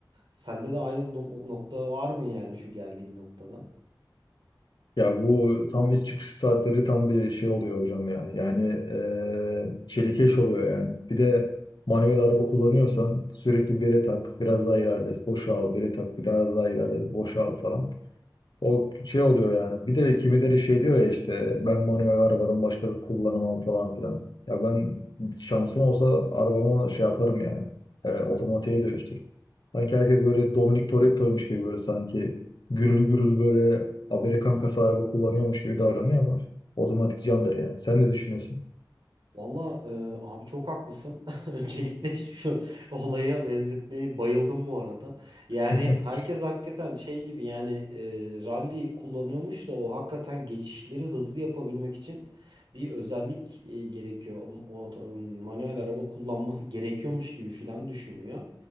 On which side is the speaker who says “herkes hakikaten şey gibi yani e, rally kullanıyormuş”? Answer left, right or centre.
Right